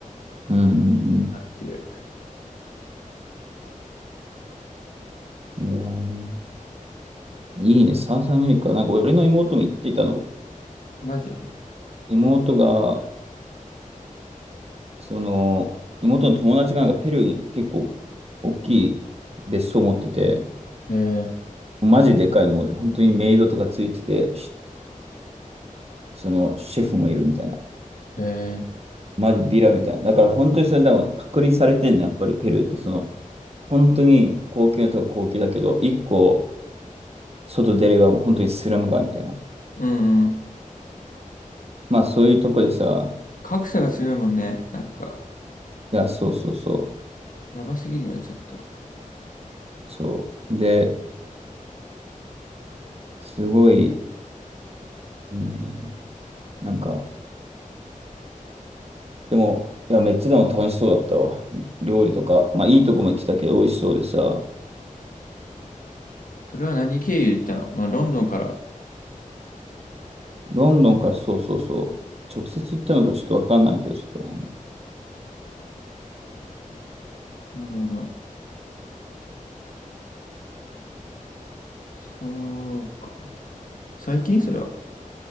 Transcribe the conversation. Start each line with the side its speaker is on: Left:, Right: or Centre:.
Right: うん、うん。うん
Left: なっていう。
Right: いやーいいね、サウスアメリカ。なんか俺の妹も言ってたの。
Left: マジ
Right: 妹がその、妹の友達がなんかペルーに結構大きい別荘を持ってて、
Left: え
Right: マジでかいもう本当にメイドとかついてて、しそのシェフもいるみたいな。
Left: ー、えー
Right: マジビラみたいな。だから本当にそれ、だから隔離されてんの、やっぱりペルーってその、本当に高級なとこ高級だけど、一個外出ればもう本当にスラム街みたいな。
Left: うんうん。
Right: まあそういうとこでさ、
Left: 格差がすごいもんね。なんか、
Right: いや、そうそうそ
Left: やばすぎるよね、ちょっと。
Right: う、そう。で、すごい、うん、なんか、でも、いや、めっちゃでも楽しそうだったわ。料理とか、まあいいとこも行ってたけど美味しそうでさ、
Left: それは何経由で行ったのまあ、ロンドンから。
Right: ロンドンからそうそうそう、直接行ったのかちょっとわかんないけど、そこら辺は。
Left: なるほど。そうか。最近それは。